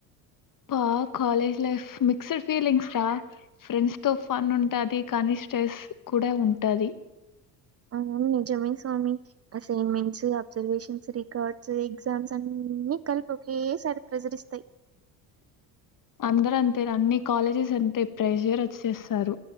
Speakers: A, on the left; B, on the right.
A: పా కాలేజ్ లైఫ్ మిక్స్డ్ ఫీలింగ్స్ రా ఫ్రెండ్స్ తో ఫన్ ఉంటది కానీ స్ట్రెస్ కూడా ఉంటది
B: అవును నిజమే స్వామి అసైన్మెంట్స్ అబ్సర్వేషన్స్ రికార్డ్స్ ఎగ్జామ్స్ అన్ని కలిపి ఒకే సారి ప్రెషర్ ఇస్తాయి
A: అందరంతే అన్ని కాలేజెస్ అంతె ప్రైజర్ ఇచ్చేస్తారు